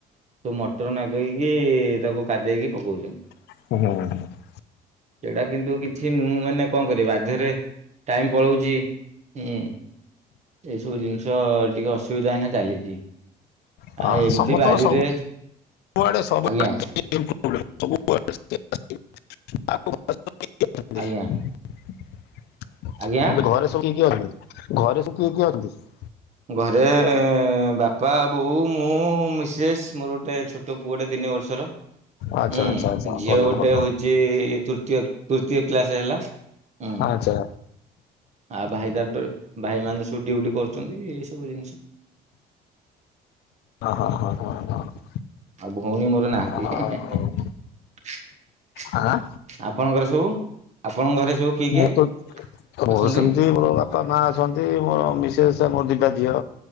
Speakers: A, on the right (about 45°); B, on the left (about 75°).
A: ତୁ ମଟର ନାଗେଇକି ତାକୁ କାଦେଇକି ପକଉଚନ୍ତି।
B: <inaudible>
A: ସେଇଟା କିନ୍ତୁ କିଛି ନୁହଁ ମାନେ କଣ କରିବା ବାଧ୍ୟରେ ଟାଇମ୍ ପଳଉଚି। ହୁଁ ଏଇସବୁ ଜିନିଷ ଟିକେ ଅସୁବିଧା ହେନା ଚାଲିଛି।
B: ହଁ
A: ଆଉ ଏମିତି
B: ସମସ୍ତଙ୍କ
A: ବାରିରେ,
B: ସବୁଆଡେ ସବୁଆଡେ
A: ଆଜ୍ଞା।
B: <inaudible>
A: ଆଜ୍ଞା
B: <inaudible>
A: ଆଜ୍ଞା। ଘରେ ବାପା ବୋଉ ମୁଁ ମିସେସ୍ ମୋର ଗୋଟେ ଛୋଟ ପୁଅଟେ ତିନି ବର୍ଷର
B: ଆଚ୍ଛା
A: ହୁଁ
B: ଆଚ୍ଛା ଆଚ୍ଛା
A: ଝିଅ
B: ଭଲ
A: ଗୋଟେ
B: ଭଲ
A: ହଉଚି ତୃ <unintelligible> ତୃତୀୟ କ୍ଲାସ ହେଲା, ହୁଁ।
B: ଆଚ୍ଛା।
A: ଆଉ ଭାଇ ଦାର ଭାଇ ମାନ ସବୁ ଡଉଟି କରୁଚନ୍ତି, ଏଇ ସବୁ ଜିନିଷ।
B: ହ ହଁ। ହଁ ହଁ ହଁ।
A: ଆଉ ଭଉଣୀ ମୋର ନାହାନ୍ତି।
B: ଆଉ ଆଁ।
A: ଆପଣଙ୍କର ସବୁ ଆପଣଙ୍କ ଘରେ ସବୁ କିଏ କିଏ
B: ମୁଁ ତ ତମର
A: ଅଛନ୍ତି?
B: ସେମିତି ବର ବାପା ମା ଅଛନ୍ତି ମୋର ମିସେସ୍ ମୋର ଦିଟା ଝିଅ।